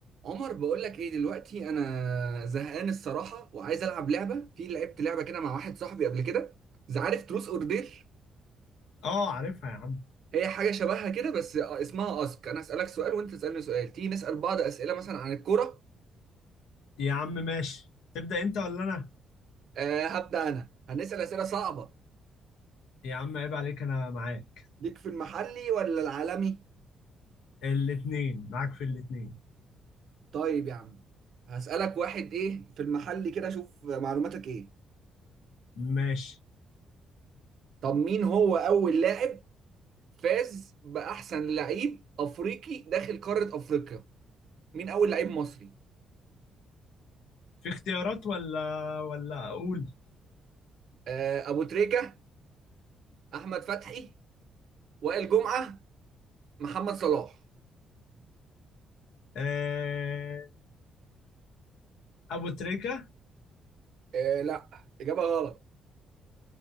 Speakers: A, on the right (about 65°); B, on the left (about 85°).
A: عمر بقول لك ايه دلوقتي انا زهقان الصراحه وعايز العب لعبه في لعبت لعبه كده مع واحد صاحبي قبل كده إذا عارف تروس اوردر
B: اه عارفها يا عم
A: هي حاجه شبهها كده بس اسمها اسك انا اسالك سؤال وانت تسالني سؤال تيجي نسال بعض اسئله مثلا عن الكوره
B: يا عم ماشي تبدأ انت ولا انا
A: أه هبدا انا هنسال اسئله صعبه
B: يا عم عيب عليك انا معاك
A: ليك في المحلي ولا العالمي
B: الاتنين معاك في الاتنين
A: طيب يا عم هسالك واحد ايه في المحلي كده اشوف معلوماتك ايه
B: ماشي
A: طب مين هو اول لاعب فاز باحسن لعيب افريقي داخل قاره افريقيا مين اول لعيب مصري
B: في اختيارات ولا ولا اقول
A: آه، ابو تريكة احمد فتحي وائل جمعة محمد صلاح
B: آه... ابو تريكة
A: آه، لا اجابة غلط